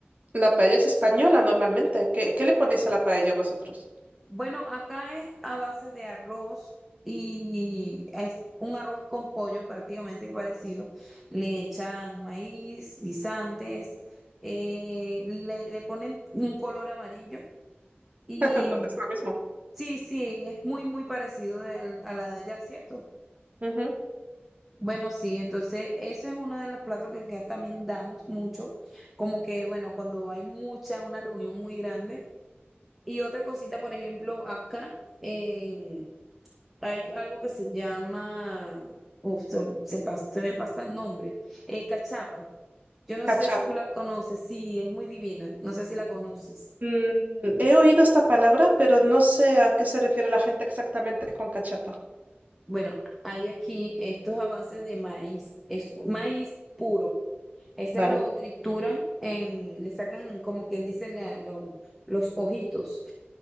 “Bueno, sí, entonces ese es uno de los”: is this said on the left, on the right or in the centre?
Centre